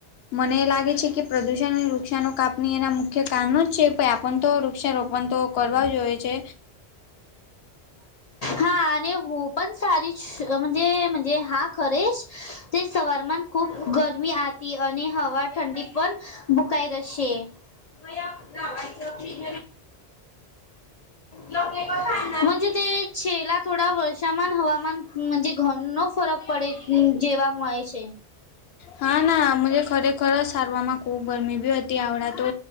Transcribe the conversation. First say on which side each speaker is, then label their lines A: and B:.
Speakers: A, on the left (about 70°); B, on the left (about 50°).
A: મને એ લાગે છે કે પ્રદૂષણ અને વૃક્ષાનો કાપણી એના મુખ્ય કારણો જ છે ભ આપણ તો વૃક્ષારોપણ તો કરવા જોઈએ છે
B: હા અને હો પણ સારીજ જે હા ખરેશ તે સવાર ખુબ ગરમી આતી અને હવા ઠંડી પણ ભુકાઈ જ હશે વા ફ્રીજ નવીો જ તે છેલા થોડા વર્ષામાન હવામાન ઘર નો ફરક પડે જેવા મળે છે
A: હા ના મ ખરેખર સારરમાં ખૂબ ગરમી બી હતી આવડા તો